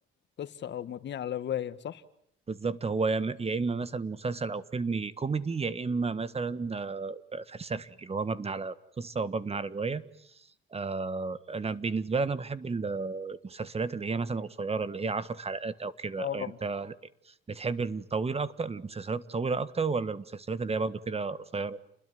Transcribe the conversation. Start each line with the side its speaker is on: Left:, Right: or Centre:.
Left: قصة او مبنيين على رواية صح؟
Right: بالظبط هو يا يا اما مثلا مسلسل او فيلم كوميدي يا اما مثلا آه، فلسفي اللي هو مبني على قصه ومبني على روايه آه انا بالنسبه لي انا بحب ال- المسلسلات اللي هي مثلا قصيره اللي هي 10 حلقات او كده
Left: اه
Right: انت بتحب الطويله اكتر المسلسلات الطويله اكتر ولا المسلسلات اللي هي برضه كده قصيره